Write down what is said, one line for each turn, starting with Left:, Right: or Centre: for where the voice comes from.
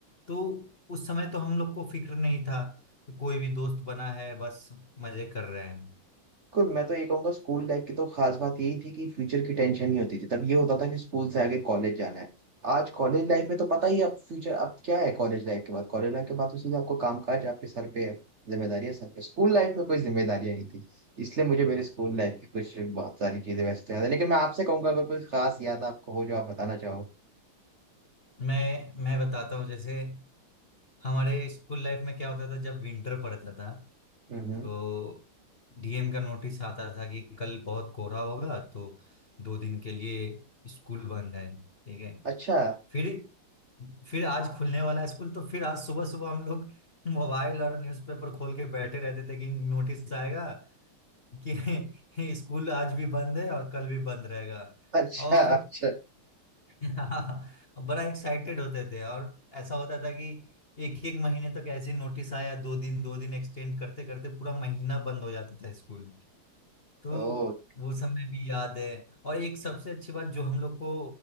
Left: तो उस समय तो हम लोग को फिक्र नहीं था कि कोई भी दोस्त बना है बस मजे कर रहे हैं
Right: बिल्कुल मैं तो ये कहूंगा स्कूल लाइफ की तो खास बात यही थी कि फ्यूचर की टेंशन नहीं होती थी तब ये होता था कि स्कूल से आगे कॉलेज जाना है आज कॉलेज लाइफ में तो पता ही है, अब फ्यूचर अब क्या है कॉलेज लाइफ के बाद कॉलेज लाइफ के बाद तो सीधा आपको काम काज आपके सर पे है जिम्मेदारियां सर पे स्कूल लाइफ में कोई जिम्मेदारियां नहीं थी इसलिए मुझे मेरे स्कूल लाइफ की कुछ बहुत सारी चीजें वैसे तो याद है लेकिन मैं आपसे कहूंगा अगर कोई खास याद आपको हो जो आप बताना चाहो
Left: मैं मैं बताता हूँ जैसे हमारे स्कूल लाइफ में क्या होता था जब विंटर पड़ता था
Right: हम्म
Left: तो डीएम का नोटिस आता था कि कल बहुत कोहरा होगा तो दो दिन के लिए स्कूल बंद है ठीक है
Right: अच्छा
Left: फिर फिर आज खुलने वाला है स्कूल तो फिर आज सुबह सुबह हम लोग मोबाइल और न्यूज़पेपर खोल के बैठे रहते थे कि नोटिस आएगा कि <laughs> स्कूल आज भी बंद है और कल भी बंद रहेगा
Right: अच्छा
Left: और
Right: अच्छा
Left: <laughs> बड़ा एक्साइटेड होते थे और ऐसा होता था कि एक एक महीने तक ऐसे नोटिस आया दो दिन दो दिन एक्सटेंड करते करते पूरा महीना बंद हो जाता था स्कूल तो
Right: ओ
Left: वो समय भी याद है और एक सबसे अच्छी बात जो हम लोग को